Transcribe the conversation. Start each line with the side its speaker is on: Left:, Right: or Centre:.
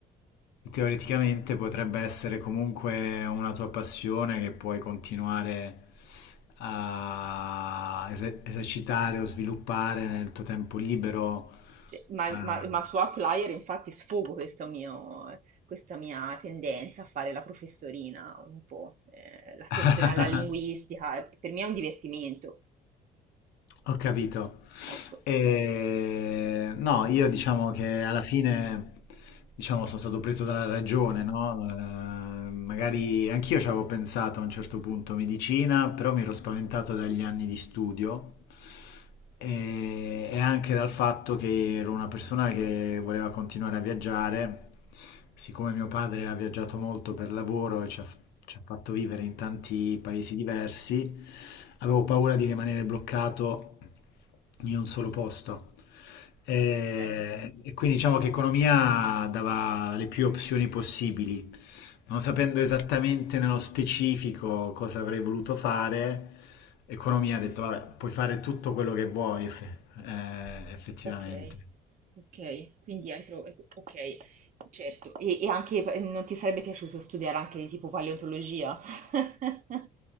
Left: teoreticamente potrebbe essere comunque una tua passione che puoi continuare a ese- esercitare o sviluppare nel tuo tempo libero.
Right: Cioè, ma
Left: eh.
Right: ma ma su Outlier infatti sfogo questo mio questa mia tendenza a fare la professorina un po', ehm, l'attenzione
Left: <laughs>
Right: alla linguistica, e per me è un divertimento.
Left: Ho capito.
Right: Ecco.
Left: E, no, io diciamo che alla fine diciamo, sono stato preso dalla ragione, no? Eh, magari anch'io ci avevo pensato a un certo punto medicina, però mi ero spaventato dagli anni di studio e, e anche dal fatto che ero una persona che voleva continuare a viaggiare. Siccome mio padre ha viaggiato molto per lavoro e ci ha, ci ha fatto vivere in tanti paesi diversi, avevo paura di rimanere bloccato in un solo posto. E,
Right: Okay,
Left: e quindi diciamo che economia dava le più opzioni possibili. Non sapendo esattamente nello specifico cosa avrei voluto fare, economia ha detto, vabbè, puoi fare tutto quello che vuoi, eff- eh, effettivamente.
Right: okay, okay, quindi hai tro okay, certo. E e anche p non ti sarebbe piaciuto studiare anche tipo paleontologia? <laughs>